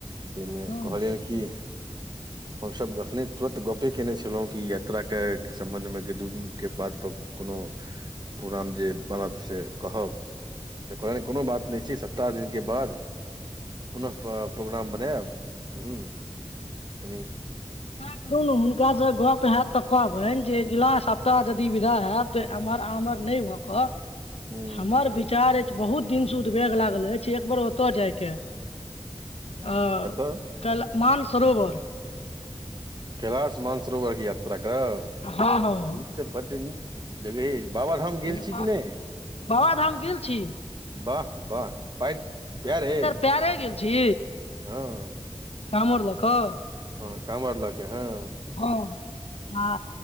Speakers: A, on the right; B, on the left.
A: ताहिमे
B: हँ
A: कहलियनि कि हमसभ एखने तुरन्त गपे कयने छलहुँ कि यात्राके सम्बन्धमे दू दिनके बाद कोनो प्रोग्राम जे बनत से कहब तऽ कोनो बात नहि छै सप्ताह दिनके बाद पुनः प्रोग्राम बनायब हूँ कनि
B: <unintelligible> हुनकासँ गप हयत तऽ कहबनि जे अगिला सप्ताह यदि विदा होयत तऽ एम्हर आमहर नहि भऽ कऽ
A: हूँ
B: हमर विचार अछि बहुत दिनसँ उदबेग लागल अछि एक बेर ओतय जायके आ
A: कतऽ
B: क मानसरोवर
A: कैलाश मानसरोवरके यात्रा करब
B: हँ हँ
A: ई तऽ बड्ड नीक जगह यऽ बाबाधाम गेल
B: नेपाल
A: छी किी नहि
B: बाबाधाम गेल छी
A: वाह वाह पइ पेरे
B: परै गेल छी
A: हँ
B: कामर ल क?
A: हँ कवर लऽ के हँ।
B: हँ आ